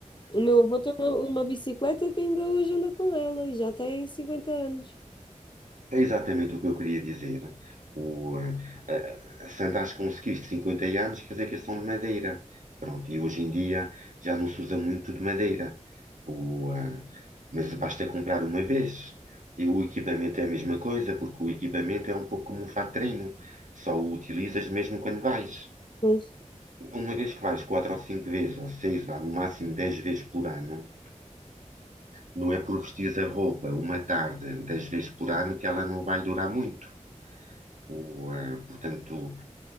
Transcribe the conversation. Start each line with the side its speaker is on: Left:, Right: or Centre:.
Left: O meu avô tem uma, uma bicicleta que ainda hoje anda com ela e já tem 50 anos.
Right: É exatamente o que eu queria dizer. O, eh, eh, se andares com um skiff de 50 anos, quer dizer que são de madeira. Pronto, e hoje em dia já não se usa muito de madeira. O, eh, mas basta comprar uma vez. E o equipamento é a mesma coisa, porque o equipamento é um pouco como um fato de treino. Só o utilizas mesmo quando vais.
Left: Pois.
Right: Uma vez que vais quatro ou cinco vezes, ou seis, vá, no máximo 10 vezes por ano, não é por vestir a roupa uma tarde 10 vezes por ano que ela não vai durar muito. O, ah, portanto,